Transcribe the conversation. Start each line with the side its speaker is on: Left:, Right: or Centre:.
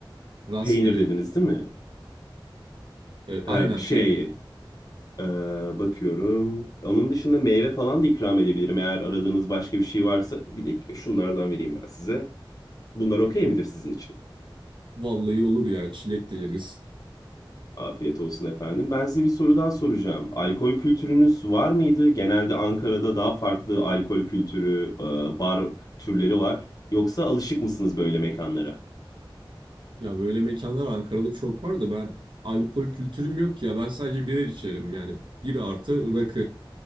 Right: Raspberry.
Left: Peynir dediniz değil mi?
Right: E,
Left: Ha,
Right: aynen
Left: bir şey.
Right: peynir.
Left: ee, bakıyorum. Onun dışında meyve falan da ikram edebilirim. Eğer aradığınız başka bir şey varsa bir dakika şunlardan vereyim ben size. Bunlar okey midir sizin için?
Right: Vallahi olur ya çilek de yeriz.
Left: Afiyet olsun efendim. Ben size bir soru daha soracağım. Alkol kültürünüz var mıydı? Genelde Ankara'da daha farklı alkol kültürü, e, bar türleri var. Yoksa alışık mısınız böyle mekanlara?
Right: Ya böyle mekanlar Ankara'da çok var da ben alkol kültürüm yok ya. Ben sadece birer içerim yani. Bir artı rakı.